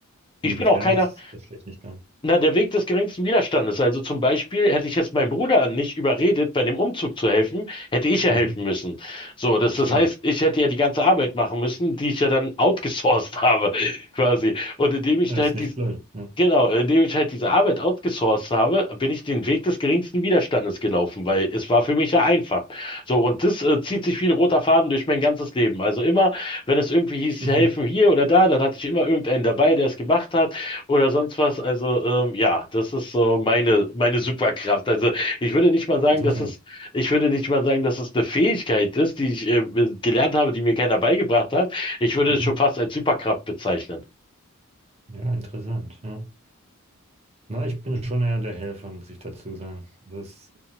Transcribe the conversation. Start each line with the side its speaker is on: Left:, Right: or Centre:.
Right: Inwiefern,
Left: Ich bin auch keiner,
Right: das verstehe ich nicht ganz.
Left: Na, der Weg des geringsten Widerstandes. Also zum Beispiel hätte ich jetzt meinen Bruder nicht überredet, bei dem Umzug zu helfen, hätte ich ja
Right: Mhm.
Left: helfen müssen. So, das,
Right: Stimmt.
Left: das heißt, ich hätte ja die ganze Arbeit machen müssen, die ich ja dann outgesourced habe, <laughs> quasi. Und indem
Right: Das
Left: ich halt
Right: ist nicht
Left: die,
Right: blöd. Ja.
Left: Genau, indem ich halt diese Arbeit outgesourced habe, bin ich den Weg des geringsten Widerstandes gelaufen, weil es war für mich ja einfach. So, und das äh, zieht sich wie ein roter Faden durch mein ganzes Leben. Also immer, wenn es irgendwie hieß,
Right: <laughs>
Left: helfen hier oder da, dann hatte ich immer irgendeinen dabei, der es gemacht hat oder sonst was. Also ähm, ja, das ist so meine, meine Superkraft. Also ich würde nicht mal sagen,
Right: Interessant.
Left: dass es, ich würde nicht mal sagen, dass es eine Fähigkeit ist, die ich äh, gelernt habe, die mir keiner beigebracht hat. Ich würde
Right: Mhm.
Left: es schon fast als Superkraft bezeichnen.
Right: Ja, interessant. Ja. Na, ich bin schon eher der Helfer, muss ich dazu sagen. Das,